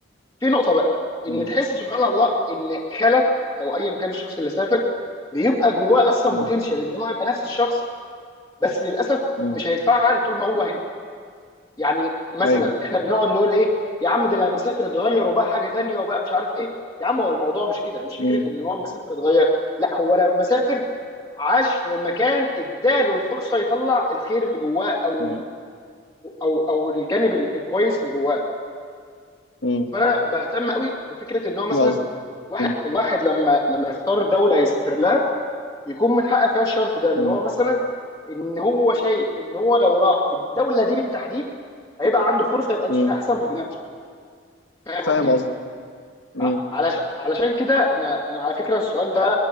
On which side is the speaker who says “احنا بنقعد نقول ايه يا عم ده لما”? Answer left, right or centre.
Left